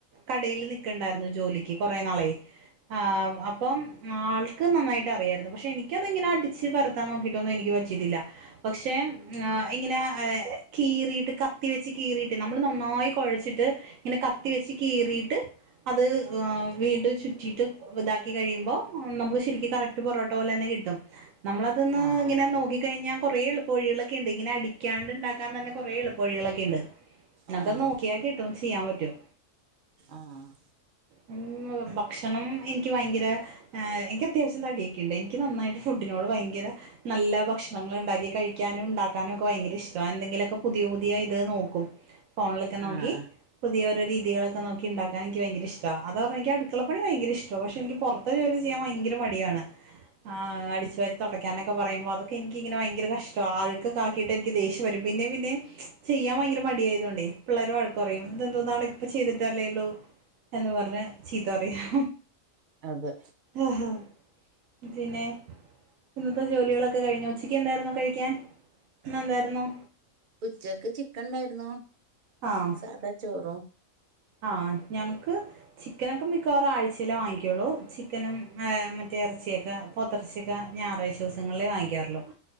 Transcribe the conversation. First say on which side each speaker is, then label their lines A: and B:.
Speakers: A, on the right (about 80°); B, on the right (about 55°).
A: കടേല് നിക്കണ്ടായിരുന്നു ജോലിക്ക് കുറേ നാളേ ആഹ് അപ്പം ആൾക്ക് നന്നായിട്ട് അറിയായിരുന്നു, പക്ഷെ എനിക്കതെങ്ങനെ അടിച്ച് പെരത്താൻ നോക്കിയിട്ടൊന്നും എനിക്ക് പറ്റിയിട്ടില്ല പക്ഷെ ആഹ് ഇങ്ങനെ ഏഹ് കീറിയിട്ട് കത്തി വെച്ച് കീറിയിട്ട് നമ്മള് നന്നായി കൊഴച്ചിട്ട് ഇങ്ങനെ കത്തി വെച്ച് കീറിയിട്ട് അത് ഏഹ് വീണ്ടും ചുറ്റീട്ട് ഇതാക്കി കഴിയുമ്പോ നമുക്ക് ശെരിക്കും കറക്റ്റ് പൊറോട്ട പോലെ തന്നെ കിട്ടും. നമ്മളതൊന്ന്
B: ആഹ്
A: ഇങ്ങനെ നോക്കി കഴിഞ്ഞാ കൊറെേ എളു പൊഴിയേളൊക്കെ ഇണ്ട് ഇങ്ങനെ അടിക്കാണ്ട് ഇണ്ടാക്കാൻ തന്നെ കുറേ എളുപ്പ വഴികളൊക്കെണ്ട് പിന്നെന്താ
B: ആഹ്
A: നോക്കിയാൽ കിട്ടും ചെയ്യാൻ പറ്റും
B: ആഹ്
A: ഹ്മ്മ് ഭക്ഷണം എനിക്ക് ഭയങ്കര ഏഹ് എനിക്ക് അത്യാവിശ്യം തടിയൊക്കെയ്ണ്ട് എനിക്ക് നന്നായിട്ട് ഫുഡിനോട് ഭയങ്കര നല്ല ഭക്ഷണങ്ങളിണ്ടാക്കി കഴിക്കാനും ഇണ്ടാക്കാനൊക്കെ ഭയങ്കര ഇഷ്ടവാ എന്തെങ്കിലൊക്ക പുതിയ പുതിയ ഇത് നോക്കും ഫോണിലൊക്കെ നോക്കി
B: ആഹ്
A: പുതിയഓരോ രീതികളൊക്കെ നോക്കി ഇണ്ടാക്കാൻ എനിക്ക് ഭയങ്കര ഇഷ്ടവാ അതാ പറഞ്ഞെ എനിക്ക് അടുക്കളപ്പണി ഭയങ്കര ഇഷ്ടമാ പക്ഷെ എനിക്ക് പൊറത്ത് ജോലി ചെയ്യൻ ഭയങ്കര മടിയാണ്. ആഹ് അടിച്ചു വാരി തുട ക്കാനൊക്കെ പറയുമ്പോ അതൊക്കെ എനിക്ക് ഇങ്ങനെ ഭയങ്കര കഷ്ടവാ അഴുക്കകാക്കിയിട്ടാ എനിക്ക് ദേഷ്യം വരും പിന്നെ പിന്നെ ചെയ്യാൻ ഭയങ്കര മടിയായതോണ്ടേ പിള്ളേരെ വഴക്ക് പറയും ഇതെന്തോന്നാടാ ഇപ്പ ചെയ്തിട്ടല്ലേള്ളു എന്ന് പറിം അങ്ങനെ ചീത്ത പറിം <inaudible>
B: അതെ.
A: ആഹ് പിന്നെ ഇന്നത്തെ ജോലിയേളൊക്കെ കഴിഞ്ഞോ ഉച്ചക്കേന്തായിരുന്നോ കഴിക്കാൻ ഇന്ന് എന്തായിരുന്നു
B: ഉച്ചക്ക് ചിക്കൻണ്ടായിരുന്നു
A: ആഹ്
B: സാധാ ചോറും.
A: ആഹ് ഞങ്ങക്ക് ചിക്കനൊക്കെ മിക്കവാറും ആഴ്ച്ചേല്ലേ വാങ്ങിക്കൊള്ളൂ ചിക്കനും മറ്റേ എറച്ചിയൊക്കെ പോത്തർച്ചിയൊക്കെ ഞായറാഴ്ച്ച ദിവസങ്ങളിലേ വാങ്ങിക്കാറൊള്ളൂ